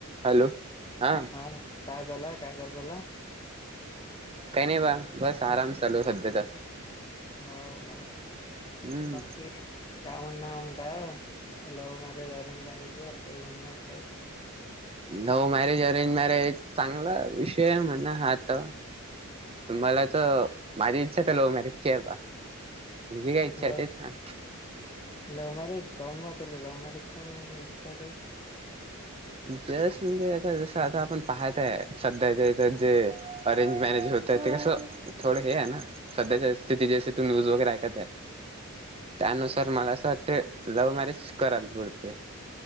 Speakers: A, on the right; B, on the left.
A: हॅलो, हां.
B: हंक काय झालंय? काय करू राहिला?
A: काही नाही बा, बस आराम चालू सध्या.
B: हाव का,
A: हम्म
B: बाकी? का म्हण नाय म्हणता, लव्ह मॅरेज, अरेंज मॅरेज वर काय म्हणणं हाय काय?
A: लव्ह मॅरेज, अरेंज मॅरेज चांगला विषय आहे म्हणा आता तुम्हाला तर माझी इच्छा तर लव मॅरेज ची आहे. बा तुझी काय इच्छा
B: लव
A: आहे ते सांग.
B: लव्ह मॅरेज कोण पाहतय, लव्ह मॅरेज कोण इच्छात
A: जस म्हणजे आता जसं आता आपण पाहत आहे सध्या ज्याचं जे अरेंज मॅरेज होतय ते कसं थोडं हे हाय ना. सध्याच्या स्थितीत जशी तू न्यूज वगैरे हे का ते. त्यानुसार मला असं वाटतं लव्ह मॅरेज कराल पुढं ते.